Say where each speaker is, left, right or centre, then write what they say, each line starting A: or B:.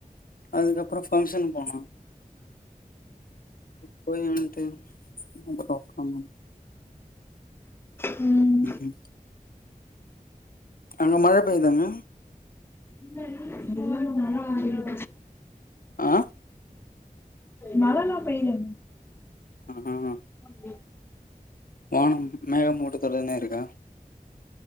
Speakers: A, on the left; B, on the left.
A: அதுக்கப்பறோ பங்சனுக் போனோ போய் வன்ட்டு அப்பறோ ஒக்காந்தோ
B: ம்
A: ம் ம் அங்க மழ பெய்தாங்க
B: இந்த ஊர்ல மழ <inaudible>
A: ஆ
B: மழலா பெய்லங்க
A: ஆ
B: உ
A: வானம் மேக மூட்டத்துடனே இருக்கா